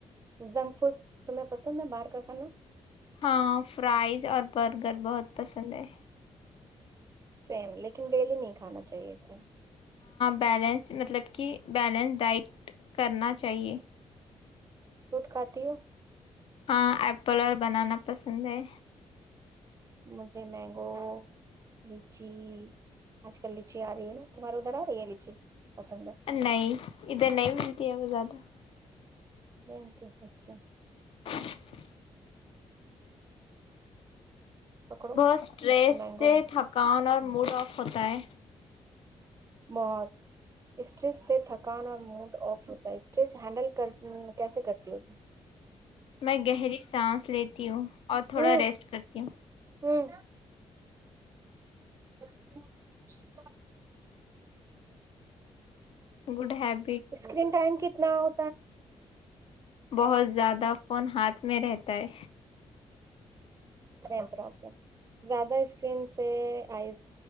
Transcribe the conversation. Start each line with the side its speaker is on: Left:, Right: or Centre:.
Right: زنک فوس تمہیں پسند ہے باہر کا کھانا <unintelligible>
Left: ہاں فرائز اور برگر بہت پسند ہے
Right: سیم لیکن ڈیلی نہیں کھانا چاہیے اسے
Left: بیلنس مطلب کہ بیلنس ڈائٹ کرنا چاہیے
Right: لٹکاتی ہوں <unintelligible>
Left: ہاں ایپل اور بنانا پسند ہے
Right: مجھے مینگو لچی آج کل لچی آ رہی ہے نا تمہاراری ادھر آ رہی ہے لیچی پسند ہے
Left: نہیں ادھر نہیں ملتی ہے وہ زیادہ <inaudible>
Right: مینتی ہوھ <unintelligible>
Left: <inaudible>
Right: پکڑو
Left: بہت اسٹریس
Right: کچھ مینگو
Left: سے تھکان اور موڈ آف ہوتا ہے
Right: موت اسٹریج سے تھکان اور موڈ آف ہوتا ہے اسٹج ہینڈل کیسے کرتی ہوتی
Left: میں گہری سانس لیتی ہوں اور تھوڑا
Right: ہوں
Left: ریسٹ کرتی ہوں
Right: ہوں <inaudible>
Left: گڈب <unintelligible>
Right: اسکرین ٹائم کتنا ہو
Left: بہت زیادہ فون ہاتھ میں رہتا ہے
Right: س پرابلم زیادہ اسکرین سے آئز